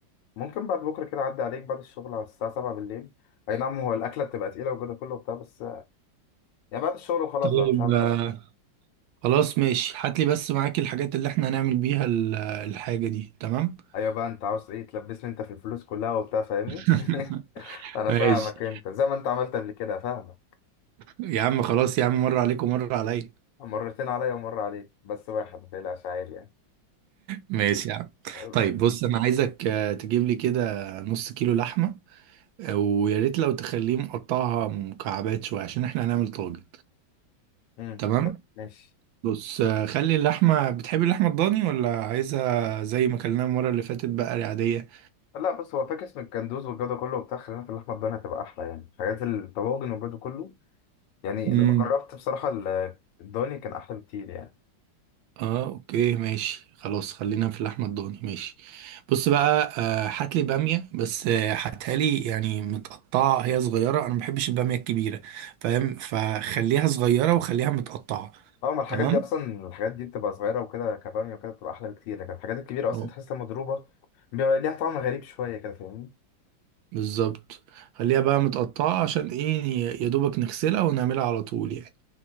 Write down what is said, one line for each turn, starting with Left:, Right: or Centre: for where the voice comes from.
Left: ممكن بعد بكره كده اعدي عليك بعد الشغل على الساعه 7 بالليل اي نعم هو الاكله بتبقى تقيله وجدا كله وبتاع بس يعني بعد الشغل وخلاص
Right: طيب
Left: بقى مش عارف
Right: آه،
Left: اسال
Right: خلاص ماشي هات لي بس معاك الحاجات اللي احنا هنعمل بيها ال- الحاجة دي تمام
Left: ايوه بقى انت عاوز ايه تلبسني انت في الفلوس كلها وبتاع فاهمني
Right: <laughs>
Left: <laughs> انا
Right: ماشي
Left: فاهمك انت زي ما انت عملت قبل كده فاهمك
Right: يا عم خلاص يا عم مرة عليك ومرة عليا
Left: مرتين عليا ومره عليك بس واحد ما تقلقش عادي يعني
Right: ماشي يا عم
Left: أم-
Right: طيب بص انا عايزك آه، تجيب لي كده نص كيلو لحمة آه، ويا ريت لو تخليه مقطعها مكعبات شوية عشان احنا هنعمل طاجن
Left: أمم،
Right: تمام
Left: طب ماشي
Right: بص آه، خلي اللحمة بتحب اللحمة الضاني ولا عايزها زي ما كلناها المرة اللي فاتت بقى العادية
Left: لا بص هو فاكس من الكندوز والجو ده كله وبتاع خلينا في اللحمه الضاني هتبقى احلى يعني حاجات الطواجن والجو ده كله يعني
Right: امم
Left: لما جربت بصراحه ال- الضاني كان احلى بكتير يعني
Right: اه اوكي ماشي خلاص خلينا في اللحمة الضاني ماشي بص بقى آه، هات لي بامية بس آه، هاتها لي يعني متقطعة هي صغيرة انا ما بحبش البامية الكبيرة فاهم فخليها صغيرة وخليها متقطعة
Left: اه ما الحاجات
Right: تمام
Left: دي اصلا الحاجات دي بتبقى صغيره وكده كباميه وكده بتبقى احلى بكتير لكن الحاجات الكبيره اصلا
Right: اه
Left: تحسها مضروبه بيبقى ليها طعم غريب شويه كده فاهمني
Right: بالظبط خليها بقى متقطعة عشان ايه يا دوبك نغسلها ونعملها على طول يعني